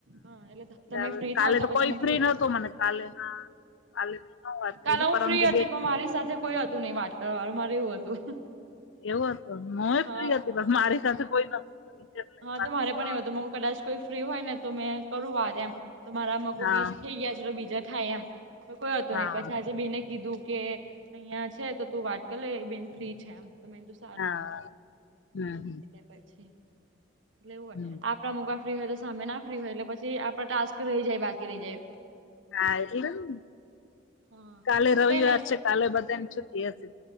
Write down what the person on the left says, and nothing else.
એટલે
હવે
કાલે
તો
કોઈ
ફ્રી
નતું મને કાલે હા. કાલે મે ન વાત કરી
પરમ
દીદી
એવુ હતું હું એ
ફ્રી હતી પણ મારી સાથે કોઈ નતું. ફ્રી એટલે
વાત
કરવા
હા
હા
હા હમ હમ
હમ
હા એટલે ન
કાલે રવિવાર
છે. કાલે બધા ને છુટી હશે.